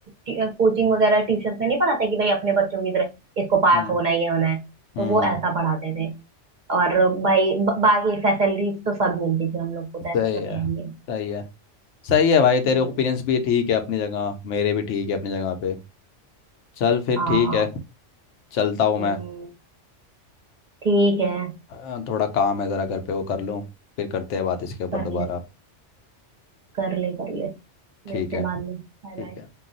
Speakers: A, on the right; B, on the left.
A: कोचिंग वगैरह ट्यूशन से नहीं पढ़ाते कि भाई अपने बच्चों की तरह इसको पास
B: हम्म
A: होना ही होना है तो
B: हम्म,
A: वो
B: हम्म,
A: ऐसा पढ़ाते थे और भाई ब- बाकी फैसिलिटीज तो सब मिलती थी हम लोग को तो ऐसा
B: सही
A: तो रहेंगे
B: है सही है सही है भाई तेरे
A: हम्म,
B: ओपिनियंस भी ठीक है अपनी जगह मेरे भी ठीक है अपनी जगह पे चल फिर
A: हाँ
B: ठीक है चलता हूँ
A: हम्म,
B: मैं
A: ठीक है
B: अ, थोड़ा काम है ज़रा घर पे वो कर लूँ फिर करते हैं बात इसके ऊपर
A: कर
B: दोबारा
A: ले कर ले कर ले
B: ठीक
A: मिलते
B: है
A: हैं बाद में बाय
B: ठीक
A: बाय
B: है